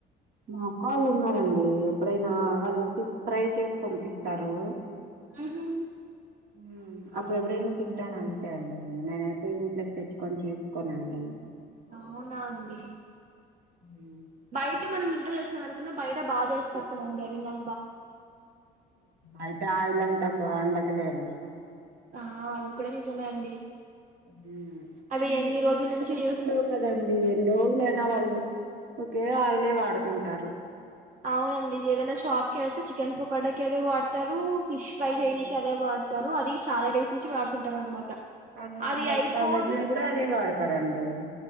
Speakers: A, on the right (about 70°); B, on the right (about 50°).
A: మా క్క వాళ్ళు ఉన్నారండి ఎప్పుడైనా వాళ్ళు ఫిష్ ఫ్రై చేసి పంపిస్తారు
B: ఉహు
A: ఉ అప్పుడు ఎప్పుడైనా తింటాను అంతే అండి నేనైతే ఇంట్లోకి తెచ్చుకొని చేసుకోనండి
B: అవునా అండి
A: ఉ
B: బయట మనం ఇంట్లో చేసిన దానికన్నా బయట బాగా చేస్తారు కదండి అవి న
A: అంటే ఆయిలంతా బావుండదులేండి
B: ఆ అది కూడా నిజమే అండి
A: ఉ <unintelligible>
B: అవి ఎన్ని రోజుల నుంచి యూ-
A: కదండి ఎన్ని రోజులైనా వాళ్ళు ఒకే ఆయిలే వాడుతుంటారు
B: అవు అండి ఏదైనా షాప్ కి ఐతే చికెన్ పొకాడాకి అదే వాడతారు ఫిష్ ఫ్రై
A: అవును.
B: చేయనికి అదే వాడ్ తరు అది చాలా డేస్ నుంచి వాడుతుంటారు అనమాట
A: అవును
B: అది
A: మిరపకాయ
B: అయిపోదు
A: బజ్జీ ని కూడా అవే వాడతారండి